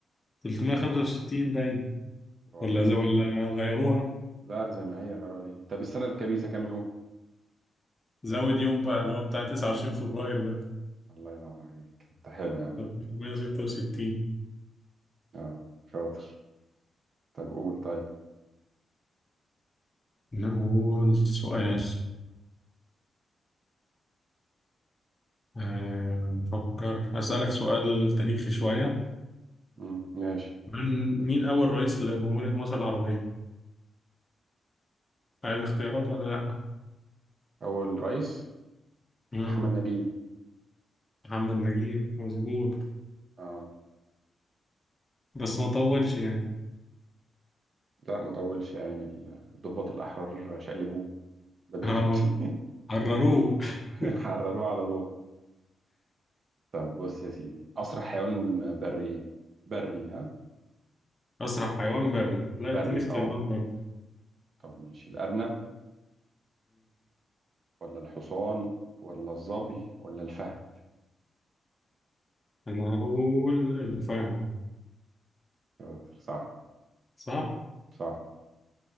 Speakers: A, on the left; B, on the right.
A: 365 باين
B: برافو
A: ولا
B: عليك
A: ز... ولا غيروها
B: لا زي ما هي غير ولا ايه طب السنة الكبيسة كام يوم
A: زود يوم بقى اللي هو بتاع 29 فبراير ده
B: الله ينور عليك انت حلو يا عم
A: 366
B: اه شاطر طب قول طيب
A: نقول سؤال آه، نفكر هسألك سؤال تاريخي شوية
B: مم. ماشي
A: من مين أول رئيس لجمهورية مصر العربية؟ عايز اختيارات ولا لأ؟
B: اول رئيس <laughs>
A: مم.
B: محمد نجيب
A: محمد نجيب مظبوط
B: اه
A: بس ما طولش يعني
B: لا ما طولش يا عيني الضباط الاحرار شقلبوه بدري
A: اه
B: بدري
A: حرروه
B: <laughs>
A: <laughs>
B: حرروه على ضوء طب بص يا سيدي اسرع حيوان بري ايه بري ها
A: أسرع حيوان بري لا
B: بري
A: اديني اختيارات
B: اه
A: برضه
B: طب ماشي الارنب ولا الحصان ولا الظبي ولا الفهد
A: انا اقول الفهد
B: شاطر صح
A: صح
B: صح